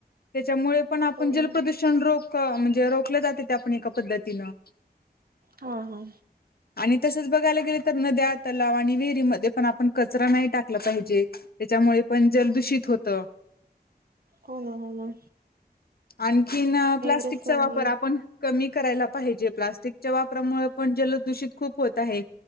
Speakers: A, on the left (about 65°); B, on the right (about 65°).
A: त्याच्यामुळे पण, आपण
B: हो ना.
A: जलप्रदूषण रोख अ म्हणजे रोखल्या जातय, त्या पण एका पद्धतीनं.
B: हा हा.
A: आणि तसंच बघायला गेले तर, नद्या, तलाव आणि विहिरीमध्ये पण आपण कचरा नाही टाकला पाहिजे. त्याच्यामुळे पण जल दूषित होत.
B: हो हो हो.
A: आणखीन प्लास्टिकचा
B: रासायनिक
A: वापर आपण कमी करायला पाहिजे. प्लास्टिकच्या वापरामुळे पण जलदूषित खूप होत आहे.